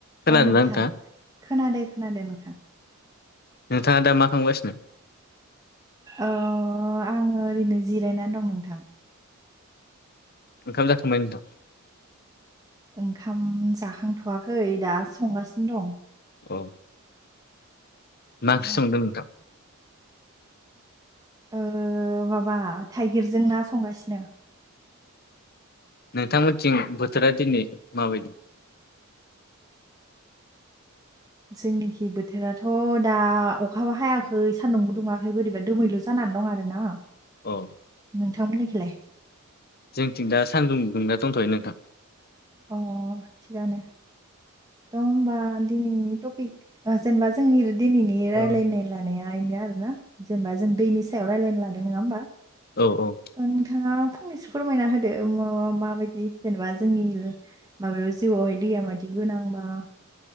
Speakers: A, on the left; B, on the right.
A: खोनादोंना
B: अ नोंथां
A: नोंथाङा
B: खोनादो खोनादो नोंथां?
A: नोंथाङा दा मा खालामगासिनो?
B: ओ आङो ओरैनो जिरायना दं नोंथां।
A: ओंखाम जाखांबाय नोंथां?
B: ओंखाम जाखांथ'वाखै दा संगासिनो दं।
A: औ। मा
B: अ
A: ओंख्रि संदों नोंथां?
B: ओ माबा थाइगिरजों ना संगासिनो।
A: नोंथांमोनथिं बोथोरा दिनै माबायदि
B: जोंनिखि बोथोराथ' दा अखाबो हायाखै सान्दुंबो दुङाखै बोरैबा दोमैलु। जानानै दं आरोना।
A: औ।
B: नोंथांमोननिखिलाय।
A: जोंथिं दा सान्दुं दुंना दंथ'यो नोंथां।
B: अ थिगानो थ' होमबा दिनैनि टपिक ओ जेनबा जोंनि दिनैनि रायलायनाय
A: ओ
B: लानाया इनो आरोना। जेनबा जों दैनि सायाव रायलायनो लादों। नोङा होमबा?
A: औ औ।
B: दा नोंथाङा फंनैसो फोरमायना होदो म माबायदि जेनेबा जोंनि माबायाव जिउआवहाय दैया मायदि गोनां बा